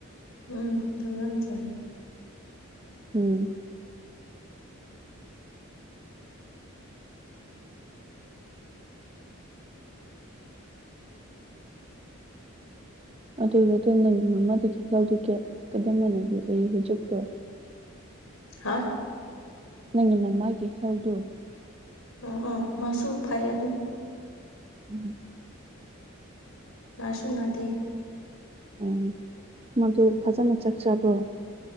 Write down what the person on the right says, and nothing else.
ꯎꯝ ꯑꯗꯨ ꯑꫭꯏꯔꯗꯤ ꯅꯪ ꯃꯃꯥꯗꯒꯤ <unintelligible> ꯍꯨꯖꯤꯛꯇꯣ
ꯅꯪꯒꯤ ꯃꯃꯥꯒꯤ ꯍꯦꯜꯗꯨ
ꯎꯝ
ꯑꯣ ꯃꯥꯗꯨ
ꯐꯖꯅ ꯆꯥꯛ ꯆꯥꯕ꯭ꯔꯣ